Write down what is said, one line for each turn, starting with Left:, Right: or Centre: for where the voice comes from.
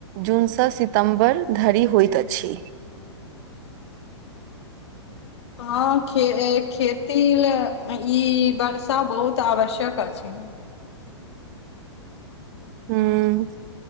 Right: जूनसँ सितम्बर धरि होइत अछि
Left: हँ खे खेती लए ई वर्षा बहुत आवश्यक अछि
Right: ह्म